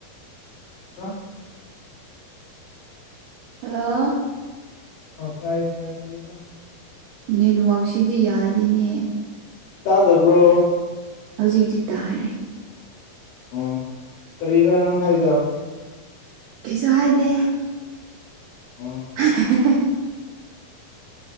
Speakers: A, on the left; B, on the right.
A: ꯕꯥ
B: ꯍꯜꯂꯣ
A: ꯑꯥ ꯇꯥꯏ ꯇꯥꯏ ꯀꯔꯤꯕ ꯅꯪ ꯍꯧꯖꯤꯛ ꯍꯥꯢꯗꯣ
B: ꯅꯦꯠ ꯋꯥꯛꯁꯤꯗꯤ ꯌꯥꯗꯦꯅꯦ
A: ꯇꯥꯗꯕ꯭ꯔꯣ
B: ꯍꯧꯖꯤꯛꯇꯤ ꯇꯥꯔꯦ
A: ꯎꯝ ꯀꯔꯤꯔꯥ ꯅꯪ ꯍꯥꯏꯗꯣ
B: ꯀꯩꯁꯨ ꯍꯥꯏꯗꯦ
A: ꯎꯝ
B: ꯍꯍꯥꯍꯦꯍꯦ